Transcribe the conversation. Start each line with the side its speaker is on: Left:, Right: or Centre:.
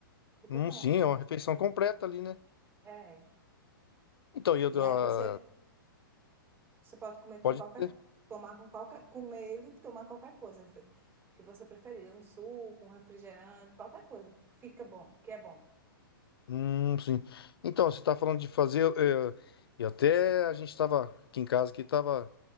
Right: Fica
Left: Hum,
Right: bom.
Left: sim, é uma refeição completa ali, né?
Right: É.
Left: Então, e eu,
Right: E aí
Left: ah,
Right: você, você pode comer
Left: pode
Right: com qualquer,
Left: ser.
Right: tomar com qualquer, comer ele, e tomar qualquer coisa refe- que você preferir, um suco, um refrigerante, qualquer coisa, porque fica bom, que é bom.
Left: Hum, sim. Então, você tá falando de fazer, eh, e até a gente tava aqui em casa, que tava